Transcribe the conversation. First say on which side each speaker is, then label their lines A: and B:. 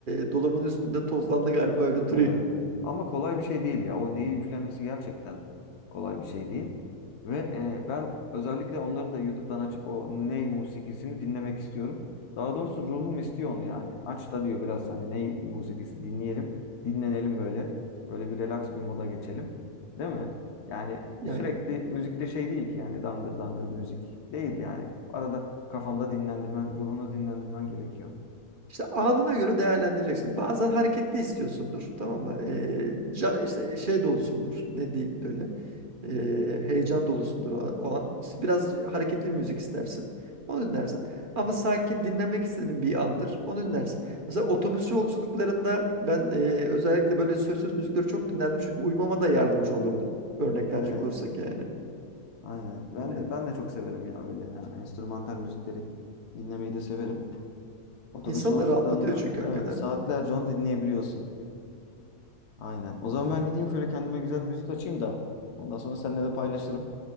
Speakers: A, on the right; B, on the left.
A: e, dolabın üstünde tozlandı galiba öyle duruyor.
B: Evet. Ama kolay bir şey değil ya. O neyi üflemesi gerçekten kolay bir şey değil. Ve e, ben özellikle onları da YouTube'dan açıp o ney musikisini dinlemek istiyorum. Daha doğrusu ruhum istiyor onu yani. Aç da diyor biraz hani ney musikisi dinleyelim, dinlenelim böyle. Böyle bir relax bir moda geçelim. Değil mi? Yani
A: <laughs> Yani
B: sürekli müzikte şey değil ki yani dangır dangır bir müzik değil yani. Arada kafanda dinlendirmen, ruhunu dinlendirmen gerekiyor.
A: İşte anına göre değerlendireceksin. Bazen hareketli istiyorsundur, tamam mı? Ee, ca- işte e, şey dolusundur, ne diyeyim böyle. ee, heyecan dolusundur o, o an. İşte biraz hareketli bir müzik istersin. Onu dinlersin. Ama sakin dinlemek istediğin bir andır. Onu dinlersin. Mesela otobüs yolculuklarında ben ee, özellikle böyle sözsüz müzikleri çok dinlerdim. Çünkü uyumama da yardımcı olurdu. Örnek
B: Evet.
A: verecek olursak yani.
B: Aynen. Ben
A: Hani
B: de ben de çok severim ya öyle. Yani enstrümantal müzikleri dinlemeyi de severim. Otobüs
A: insanı
B: yolculuklarında
A: da rahatlatıyor çünkü hakikaten.
B: evet saatlerce onu dinleyebiliyorsun. Aynen. O zaman ben gideyim şöyle kendime güzel bir müzik açayım da. Ondan sonra seninle de paylaşırım.